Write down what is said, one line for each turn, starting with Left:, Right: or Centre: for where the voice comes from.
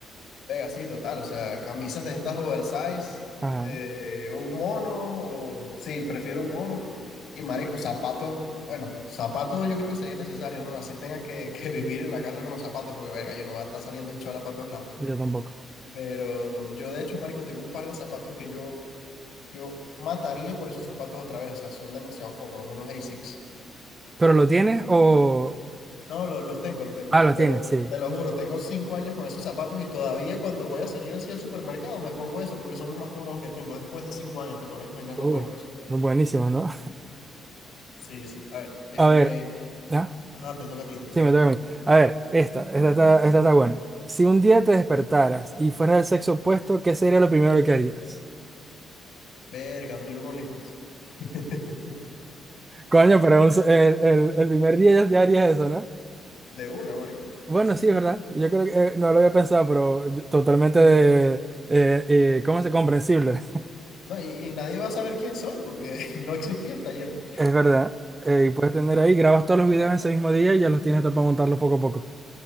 Left: Venga, sí, total, o sea, camisas de estas oversize,
Right: Ajá,
Left: eh, un mono, o, sí, prefiero un mono, y marico, zapatos, bueno, zapatos yo creo que sería necesario, ¿no? Así tenga que, <laughs> que vivir en la casa con los zapatos, porque venga, yo no voy a estar saliendo en chola para todos lados,
Right: yo tampoco.
Left: pero yo de hecho, marico, tengo un par de zapatos que yo, yo mataría por esos zapatos otra vez, o sea, son demasiado cómodos, unos ASICS.
Right: ¿Pero lo tienes o...?
Left: No, lo- los tengo, los tengo.
Right: Ah, lo
Left: Pero
Right: tienes, sí.
Left: te lo juro, tengo cinco años con esos zapatos y todavía cuando voy a salir así al supermercado me pongo eso porque son los más cómodos que tengo. Después de cinco años, te podrás imaginar
Right: Uh,
Left: lo buenos que son.
Right: buenísimo, ¿no?
Left: Sí, sí. A ver.
Right: <laughs>
Left: Eh...
Right: A ver, ¿ah?
Left: Ajá, te toca a ti, te toca
Right: Sí,
Left: a
Right: me
Left: ti.
Right: toca a mí. A ver, esta, esta está, esta está buena. Si un día te despertaras y fueras del sexo opuesto, ¿qué sería lo primero que harías?
Left: Verga, abrir un OnlyFans. <laughs>
Right: Coño, pero un so- el, el- el primer día ya, ya harías eso, ¿no?
Left: De una, marico.
Right: Bueno,
Left: Sí.
Right: sí, es verdad. Yo creo que eh, no lo había pensado, pero yo- totalmente de, eh, eh, ¿cómo se comprensible? <laughs>
Left: No, y, y nadie va a saber quién soy porque <laughs> no existía hasta ayer.
Right: Es verdad. Eh, y puedes tener ahí, grabas todos los videos en ese mismo día y ya los tienes todo para montarlos poco a poco.